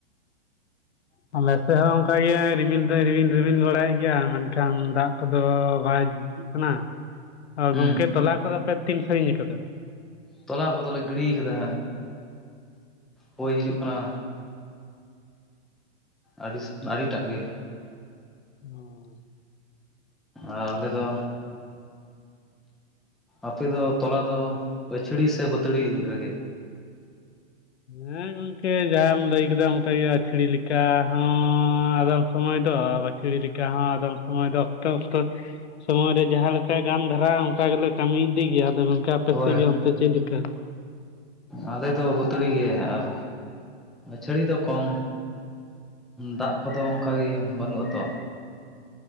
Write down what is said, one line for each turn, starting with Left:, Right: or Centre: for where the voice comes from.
Left: ᱦᱚᱸ <unintelligible> ᱥᱮᱫ ᱦᱚᱸ ᱚᱝᱠᱟ ᱜᱮ ᱨᱤᱢᱤᱞ ᱫᱚᱭ ᱨᱤᱢᱤᱞ ᱨᱤᱢᱤᱞ ᱵᱟᱲᱟᱭᱮᱫ ᱜᱮᱭᱟ, ᱢᱮᱱᱠᱷᱟᱱ ᱫᱟᱜ ᱠᱚᱫᱚ ᱵᱟᱭ ᱠᱟᱱᱟ᱾
Centre: ᱦᱮᱸ
Left: ᱜᱚᱢᱠᱮ ᱛᱚᱞᱟ ᱠᱚᱫᱚ ᱯᱮ ᱛᱤᱱ ᱥᱟᱺᱜᱤᱧ ᱟᱠᱟᱫᱟ?
Centre: ᱛᱚᱞᱟ ᱠᱚᱫᱚ ᱞᱮ ᱜᱤᱲᱤ ᱠᱟᱫᱟ, ᱦᱚᱭ ᱦᱤᱡᱩᱜ ᱠᱟᱱᱟ᱾ ᱟᱹᱰᱤᱥ ᱟᱹᱰᱤ ᱴᱟᱜ ᱜᱮ᱾
Left: ᱚᱸ᱾
Centre: ᱟᱨ ᱟᱞᱮ ᱫᱚ ᱟᱯᱮ ᱫᱚ ᱛᱚᱞᱟ ᱫᱚ ᱟᱹᱪᱷᱲᱤ ᱥᱮ ᱵᱟᱹᱛᱲᱤ ᱨᱮᱜᱮ?
Left: ᱦᱮᱸ ᱜᱚᱝᱠᱮ ᱡᱟᱦᱟᱸᱢ ᱞᱟᱹᱭ ᱠᱮᱫᱟ ᱚᱱᱠᱟ ᱜᱮ ᱟᱹᱪᱷᱟᱹᱲᱤ ᱞᱮᱠᱟ ᱦᱚᱸᱻ ᱟᱫᱚᱢ ᱥᱚᱢᱚᱭ ᱫᱚ ᱵᱟᱹᱪᱷᱲᱤ ᱞᱮᱠᱟ ᱦᱚᱸ ᱟᱫᱚᱢ ᱥᱚᱢᱚᱭ ᱫᱚ ᱚᱠᱛᱚ ᱚᱠᱛᱚ ᱥᱚᱢᱚᱭ ᱨᱮ ᱡᱟᱦᱟᱸ ᱞᱮᱠᱟ ᱜᱟᱱ ᱫᱷᱟᱨᱟᱼᱟ ᱚᱱᱠᱟ ᱜᱮᱞᱮ ᱠᱟᱹᱢᱤ ᱤᱫᱤ ᱜᱮᱭᱟ᱾ ᱟᱫᱚ ᱜᱚᱝᱠᱮ ᱟᱯᱮ
Centre: ᱦᱳᱭ
Left: ᱥᱮᱫ ᱜᱮ ᱚᱱᱛᱮ ᱪᱮᱫ ᱞᱮᱠᱟ?
Centre: ᱟᱞᱮ ᱫᱚ ᱵᱟᱹᱛᱲᱤ ᱜᱮ, ᱟᱨ ᱪᱷᱟᱹᱲᱤ ᱫᱚ ᱠᱚᱢ᱾ ᱫᱟᱜ ᱠᱚᱫᱚ ᱚᱱᱠᱟᱜᱮ ᱵᱟᱹᱱᱩᱜ-ᱟ ᱛᱚ᱾